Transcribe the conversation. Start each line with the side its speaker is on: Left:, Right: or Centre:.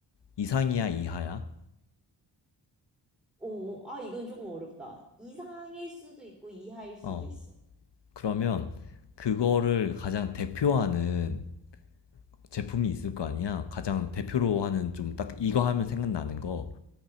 Left: 이상이야 이하야?
Centre: 어, 아, 이건 조금 어렵다. 이상일 수도 있고, 이하일 수도
Left: 어
Centre: 있어.
Left: 그러면 그거를 가장 대표하는 제품이 있을 거 아니야? 가장 대표로 하는 좀 딱 이거 하면 생각나는 거